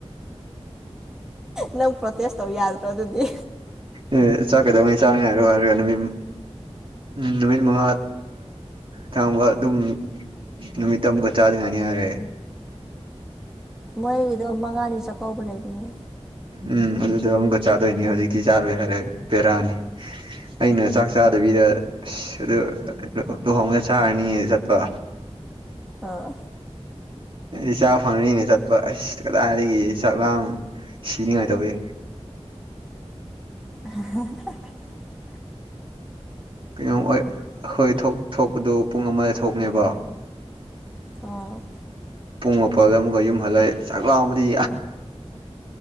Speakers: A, in the centre; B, on the right.
A: ꯅꯪ ꯄ꯭ꯔꯣꯇꯦꯁ ꯇꯧ ꯌꯥꯗ꯭ꯔꯣ ꯑꯗꯨꯗꯤ
B: ꯑꯦ ꯆꯥꯛꯀꯗꯧꯅꯤ ꯆꯥꯅꯤ ꯍꯥꯏꯔꯣ ꯍꯥꯏꯔꯒ ꯅꯨꯃꯤꯠ ꯎꯝ ꯅꯨꯃꯤꯠ ꯃꯉꯥ ꯊꯥꯡꯕ ꯑꯗꯨꯝ ꯅꯨꯃꯤꯠꯇ ꯑꯃꯨꯛꯀ ꯆꯥꯗ ꯉꯅꯤ ꯌꯥꯔꯦ
A: ꯃꯣꯏꯒꯤꯗꯣ ꯃꯉꯥꯅꯤ ꯆꯥꯛꯀꯧꯕ ꯂꯩꯕꯅꯦ
B: ꯎꯝ ꯑꯗꯨꯗ ꯑꯃꯨꯛꯀ ꯆꯥꯗꯣꯏꯅꯤ ꯍꯧꯖꯤꯛꯇꯤ ꯆꯥꯔꯣꯏ ꯍꯥꯏꯔꯦ ꯄꯦꯔꯥꯅꯤ ꯑꯩꯅ ꯆꯥꯛ ꯆꯥꯗꯕꯤꯗ ꯑꯁ ꯂꯨꯍꯣꯡꯒ ꯁꯥꯔꯅꯤꯌꯦ ꯆꯠꯄ
A: ꯑꯥ
B: ꯑꯩꯗꯤ ꯆꯥꯛ ꯐꯪꯔꯤꯅꯦ ꯆꯠꯄ ꯑꯁ ꯀꯗꯥꯏꯗꯒꯤ ꯆꯥꯛ ꯂꯥꯡ ꯁꯤꯅꯤꯉꯥꯏ ꯇꯧꯑ
A: ꯑ <inaudible>
B: ꯀꯩꯅꯣꯝ ꯑꯩꯈꯣꯏ ꯊꯣꯛꯄꯗꯨ ꯄꯨꯡ ꯑꯃꯗ ꯊꯣꯛꯅꯦꯕ
A: ꯑꯣ
B: ꯄꯨꯡ ꯃꯥꯄꯜꯗ ꯑꯃꯨꯛꯀ ꯌꯨꯝ ꯍꯜꯂꯦ ꯆꯥꯛꯂꯥꯎ ꯑꯃꯗꯤ